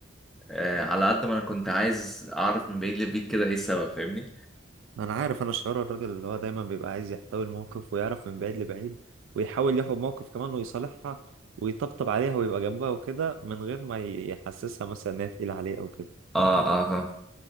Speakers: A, in the centre; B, on the right.
A: آه على قد ما انا كنت عايز اعرف من بعيد لبعيد كده ايه السبب فاهمني
B: انا عارف انا شعور الراجل اللي هو دايما بيبقى عايز يحتوي الموقف ويعرف من بعيد لبعيد ويحاول ياخد موقف كمان ويصالحها ويطبطب عليها ويبقى جنبها وكده من غير ما يحسسها مثلا ان هي تقيلة عليه او كده
A: اه اه فاهم